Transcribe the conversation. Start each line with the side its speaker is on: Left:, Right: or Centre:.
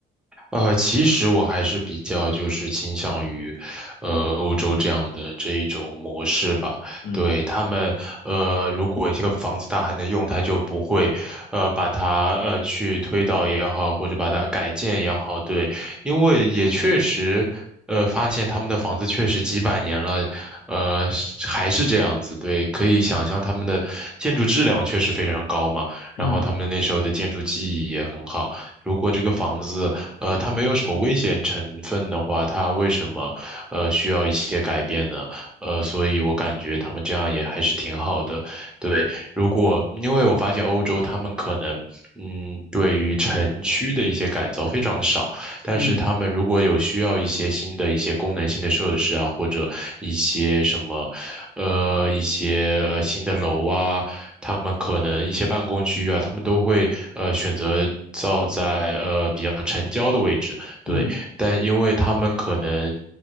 Centre: 呃，其实我还是比较就是倾向于，呃，欧洲这样的这一种模式吧。
Left: 嗯
Centre: 对他们，呃，如果这个房子它还能用，它就不会，呃，把它呃去推倒也好，或者把它改建也好。对，因为也确实，呃，发现他们的房子确实几百年了，呃，是还是这样子。对，可以想象他们的建筑质量确实非常高嘛，然后他们那时候的建筑技艺也很好。
Left: 嗯
Centre: 如果这个房子，呃，它没有什么危险成分的话，它为什么呃需要一些改变呢？呃，所以我感觉他们这样也还是挺好的。对，如果因为我发现欧洲他们可能嗯对于城区的一些改造非常的少，但是他们如果有需要一些新的一些功能性的设施啊，
Left: 嗯
Centre: 或者一些什么呃一些呃新的楼啊。他们可能一些办公区域啊，他们都会呃选择造在呃比较城郊的位置，对，
Left: 嗯，
Centre: 但因为他们可能